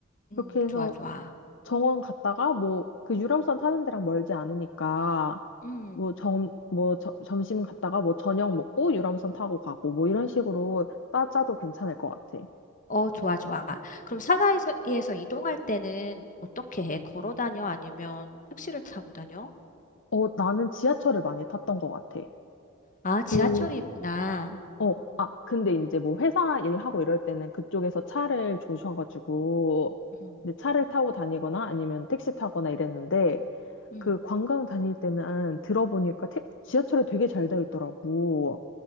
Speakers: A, on the left; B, on the left.
A: 음,
B: 그렇게 해서
A: 좋아, 좋아.
B: 정원 갔다가, 뭐, 그 유람선
A: 음.
B: 타는 데랑 멀지 않으니까,
A: 음.
B: 뭐, 점, 뭐, 저- 점심 갔다가, 뭐, 저녁 먹고, 유람선 타고 가고, 뭐, 이런 식으로 따짜도 괜찮을 것 같아.
A: 어, 좋아, 좋아. 그럼 상하이에서 에서 이동할 때는 어떻게 해? 걸어 다녀? 아니면 택시를 타고 다녀?
B: 어, 나는 지하철을 많이 탔던 것 같아.
A: 아,
B: 그,
A: 지하철이 있구나.
B: 어, 아, 근데
A: 음.
B: 이제 뭐 회사 일하고 이럴 때는 그쪽에서 차를 조셔가지고,
A: 음.
B: 이제 차를 타고 다니거나 아니면 택시 타거나 이랬는데,
A: 음.
B: 그 관광 다닐 때는 들어보니까 택- 지하철이 되게 잘 되어 있더라고.